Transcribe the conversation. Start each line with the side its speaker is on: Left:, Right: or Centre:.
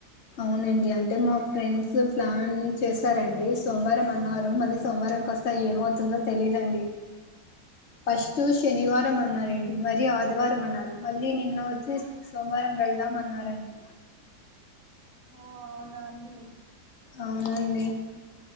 Left: అవునండి అంటే మా
Right: అ-
Left: ఫ్రెండ్స్ ప్లాన్ చేశారండి సోమవారం అన్నారు మళ్ళీ సోమవారంకి వస్త ఏమవుతుందో తెలీదండి ఆ ఫస్ట్ శనివారం అన్నారండి మరి ఆదివారం అన్నారు మళ్ళీ నిన్న వచ్చేసి సోమవారం వెళ్దాం అన్నారండి
Right: ఓ అవునాండి
Left: అవునండి